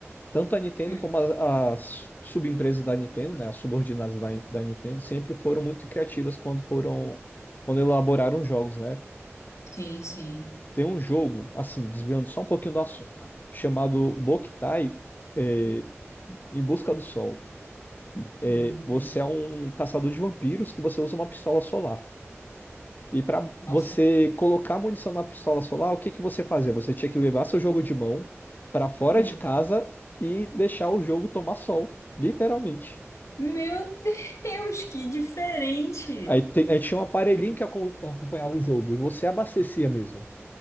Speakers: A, on the left (about 40°); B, on the left (about 80°).
A: Tanto a Nintendo
B: Hum.
A: como as, as subempresas da Nintendo, né, as subordinadas da, da Nintendo, sempre foram muito criativas quando foram, quando elaboraram jogos, né?
B: Sim, sim.
A: Tem um jogo, assim, desviando só um pouquinho do assunto, chamado Boktai, eh, Em Busca do Sol. É,
B: Hum.
A: Você é um caçador de vampiros que você usa uma pistola solar. E para
B: Nossa.
A: você colocar munição na pistola solar, o que que você fazia? Você tinha que levar seu jogo de mão para fora
B: Hum.
A: de casa e deixar o jogo tomar sol, literalmente.
B: Meu <laughs> Deus, que diferente!
A: Aí, te- aí tinha um aparelhinho que acom- acompanhava o jogo e você abastecia mesmo.